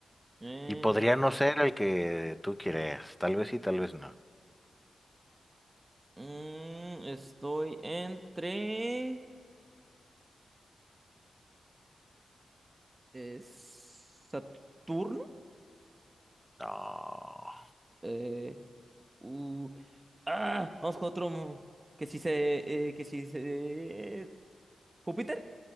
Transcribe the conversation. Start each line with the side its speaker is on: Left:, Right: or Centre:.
Right: Eh,
Centre: Y podría no ser el que tú quieras. Tal vez sí, tal vez no.
Right: mm, estoy entre eh, Saturno.
Centre: No.
Right: Eh, u- Ah, vamos con otro. mm, Que si se. eh, que si se. ¿Júpiter?